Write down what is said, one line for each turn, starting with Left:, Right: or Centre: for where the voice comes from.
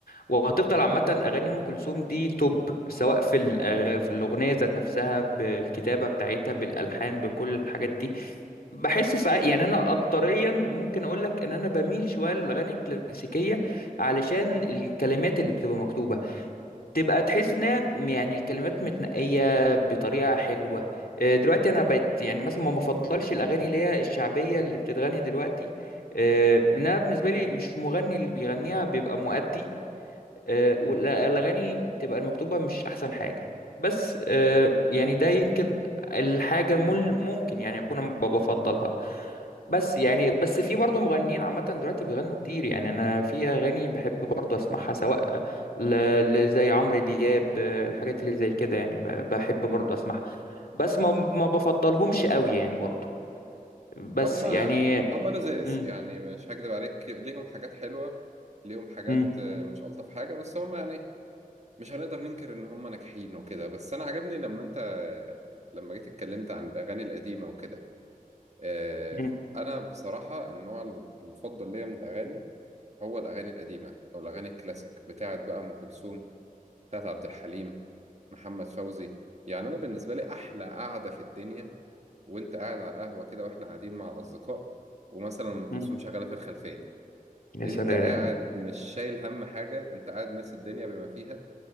Left: وهتفضل عامه اغاني ام كلثوم دي توب سواء في الأغ- في الاغنيه ذات نفسها بالكتابه بتاعتها بالالحان بكل الحاجات دي بحس ساعات يعني انا اكتريا ممكن اقول لك ان انا بميل شويه للاغاني الكلاسيكيه علشان الكلمات اللي بتبقى مكتوبه تبقى تحس ان هي م- يعني الكلمات متنقيه بطريقه حلوه آه، دلوقتي انا بقيت يعني مثلا ما مفضلش الاغاني اللي هي الشعبيه اللي بتتغني دلوقتي آه، ان انا بالنسبه لي مش مغني اللي بيغنيها بيبقى مؤدي آه، والاغاني بتبقى المكتوبه مش احسن حاجه بس آه، يعني ده يمكن الحاجه مل- ممكن يعني اكون أنا ب- بفضلها بس يعني بس في برضه مغنيين عامه دلوقتي بيغنوا كتير يعني انا في اغاني بحب برضه اسمعها سواء ل- ل- زي عمرو دياب آه، الحاجات اللي زي كده يعني ب- بحب
Right: امم
Left: برضه اسمعها بس ما ما بفضلهمش قوي يعني برضه بس
Right: هما
Left: يعني
Right: هما لذاذ
Left: مم،
Right: يعني مش هكدب عليك ليهم حاجات حلوه ليهم حاجات
Left: مم،
Right: آه، مش الطف حاجه بس هما يعني مش هنقدر ننكر ان هما ناجحين وكده بس انا عجبني لما انت لما جيت اتكلمت عن الاغاني القديمه وكده آه،
Left: مم،
Right: انا بصراحه النوع المفضل ليا من الاغاني هو الاغاني القديمه او الاغاني الكلاسيك بتاعت بقى ام كلثوم بتاعت عبد الحليم محمد فوزي يعني انا بالنسبه لي احلى قعده في الدنيا وانت قاعد على القهوه كده واحنا قاعدين مع الاصدقاء ومثلا ام كلثوم
Left: مم،
Right: شغاله في الخلفيه
Left: يا
Right: انت
Left: سلام
Right: قاعد مش شايل هم حاجه انت قاعد ناسي الدنيا بما فيها